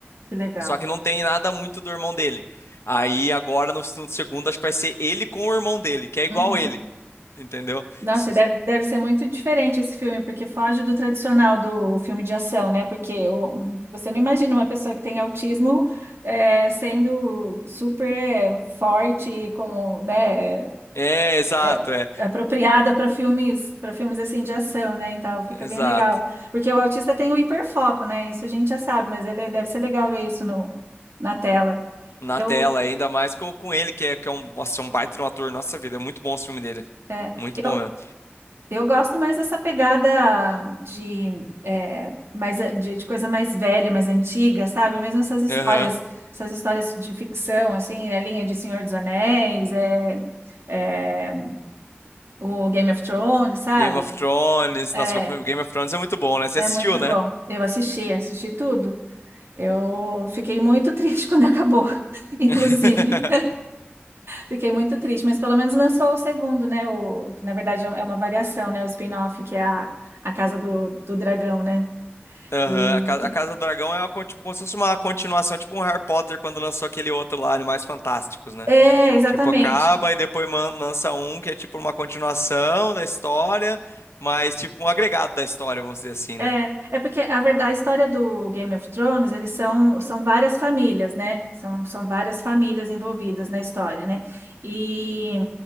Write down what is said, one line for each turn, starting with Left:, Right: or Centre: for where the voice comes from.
Right: Que legal.
Left: Só que não tem nada muito do irmão dele. Aí agora no, no segundo acho que vai ser ele com o irmão dele, que é igual
Right: Uhum.
Left: ele, entendeu?
Right: Nossa,
Left: S-
Right: e deve, deve ser muito diferente esse filme, porque foge do tradicional do filme de ação, né? Porque o- você não imagina uma pessoa que tem autismo é, sendo super forte e com, né, é,
Left: É, exato,
Right: é,
Left: é,
Right: apropriada para filmes, para filmes assim de ação, né, e tal. Fica
Left: exato.
Right: bem legal. Porque o autista tem o hiperfoco, né? Isso a gente já sabe, mas ele deve ser legal ver isso no, na tela.
Left: Na
Right: Eu,
Left: tela, ainda mais com, com ele, que é, que é um, nossa, é um baita de um ator, nossa vida, é muito bom o filme dele.
Right: é,
Left: Muito
Right: eu,
Left: bom mesmo.
Right: Eu gosto mais dessa pegada de, é, mais, de, de coisa mais velha, mais antiga, sabe? Mesmo essas histórias,
Left: Aham.
Right: essas histórias de ficção, assim, a linha de Senhor dos Anéis, é, é, o Game of Thrones, sabe?
Left: Game of Thrones,
Right: É,
Left: nossa, Game of Thrones é muito bom, né? Você
Right: é
Left: assistiu,
Right: muito
Left: né?
Right: bom. Eu assisti, assisti tudo. Eu fiquei muito triste <laughs> quando acabou, inclusive.
Left: <laughs>
Right: Fiquei muito triste, mas pelo menos lançou o segundo, né? O, que na verdade é uma variação, né? O spin-off, que é a, a Casa do, do Dragão, né?
Left: Aham,
Right: E
Left: A Casa,
Right: que-
Left: a Casa do Dragão é uma, con- tipo, como se fosse uma continuação, tipo um Harry Potter quando lançou aquele outro lá, Animais Fantásticos, né?
Right: É, exatamente.
Left: Tipo, acaba e depois man- lança um que é tipo uma continuação da história, mas tipo um agregado da história, vamos dizer assim,
Right: É,
Left: né?
Right: é porque a verdade, a história do Game of Thrones, eles são, são várias famílias, né? São, são várias famílias envolvidas na história, né? E